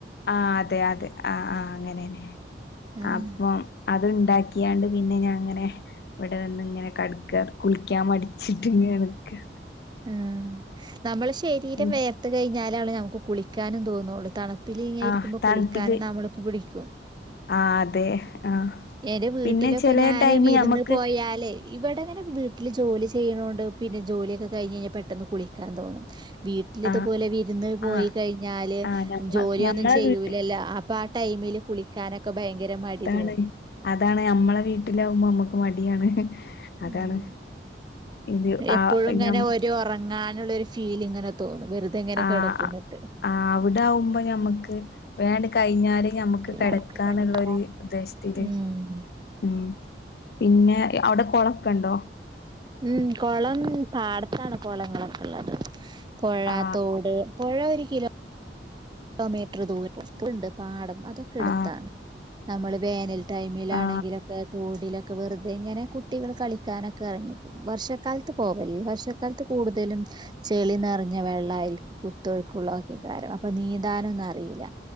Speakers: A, on the left; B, on the right.
A: ആ അതെ അതെ ആഹ ആഹ് അങ്ങനെന്നെ
B: ആഹ്
A: അപ്പം അ അത് ഉണ്ടാക്കിയാണ്ട് പിന്നെ ഞാൻങ്ങനെ ഇവിടെ വന്ന് ഇങ്ങനെ കടക്ക കുളിക്കാൻ മടിച്ചിട്ട്ങ്ങ ഓക്കെയാ
B: ആ നമ്മള് ശരീരം
A: ഉം
B: വേർത്ത് കഴിഞ്ഞാലാള് നമുക്ക് കുളിക്കാനും തോന്നുള്ളൂ തണു ഉപ്പില ഇങ്ങെ
A: ആഹ്
B: ഇരിക്കുമ്പോ
A: തണുപ്പില്
B: കുളിക്കാനൻ നമ്മൾക്ക് ബിളിക്യോ
A: ആഹ് അതെ ആഹ്
B: എര് വീട്ടിലൊക്കെ
A: പിന്നെ ചെലെ
B: ഞാന്
A: ടൈമ്
B: വിരുന്ന്
A: ഞമ്മക്ക്
B: പോയാലെ ഇവിടെങ്ങനെ വീട്ടില് ജോലി ചെയ്യണോ പിന്നെ ജോലൊക്കെ കഴിഞ്ഞ്ഴിഞ്ഞാൽ പെട്ടന്ന് കുളിക്കാൻ തോന്നും വീട്ടില ഇതുപോലെ
A: ആഹ്
B: വിരുന്ന് പോയി
A: ആഹ്
B: കഴിഞ്ഞാല്
A: ആഹ് ഞമ്മ
B: ജോലിയൊന്നും
A: ഞമ്മളെ
B: ചെയ്യൂലല്ല
A: വീട്ടി
B: അപ്പൊ ആ ടൈമം യിൽ കുളിക്കാനൊക്കെ ഭയങ്കര മടി
A: ആണ്
B: തോന്നും.
A: അതാണ് നമ്മളെ വീട്ടിലവുമ്പോ നമ്മക്ക് മടിയാണ് അതാണ്
B: ഉം
A: ഇത്
B: എപ്പോഴും
A: ആ
B: ഇങ്ങനെ
A: ഞ്ഞം
B: ഒരു ഉറങ്ങാനുള്ളൊരു ഫീൽ ഇങ്ങനെ തോന്നും വെറുതെ ഇങ്ങനെ
A: ആ
B: കിടക്കുന്നിട്ട്.
A: ആ് അവിടകുമ്പോ ഞമ്മക്ക് വേണ്ട കഴിഞ്ഞാല് നമ്മുക്ക് കിടക്കാന്നുള്ളരു
B: നമുക്ക് കിടക്കാം
A: ഉദ്ദേശത്തില്
B: ഉം
A: ഉം പിന്നെ അവിടെ കുളൊക്കെ ഉണ്ടോ
B: ഉം കൊളം പാടത്താണ് കുളങ്ങളൊക്കെ ഉള്ളത് പുഴ
A: ആ
B: തോട് പുഴ ഒരു കിലോ കിലോമീറ്റർ ദൂരം ഉണ്ട് പാടം അതൊക്കെ എടുത്താണ്
A: ആ
B: നമ്മള് വേനൽ ടൈമിലാണെങ്കിലൊക്കെ
A: ആ
B: തോടിലൊക്കെ വെറുതെ ഇങ്ങനെ കുട്ടികൾ കളിക്കാനൊക്കെ ഇറങ്ങി വർഷക്കാല ത്തു പോവല് വർഷക്കാലത്ത് കൂടുത ലും ചെളി നിറഞ്ഞ വെള്ളമായിരിക്കും കുത്തൊഴുകുള്ളതൊക്കെ കാരണം അപ്പൊ നീ ന്താനൊ ഒന്നും അറിയില്ല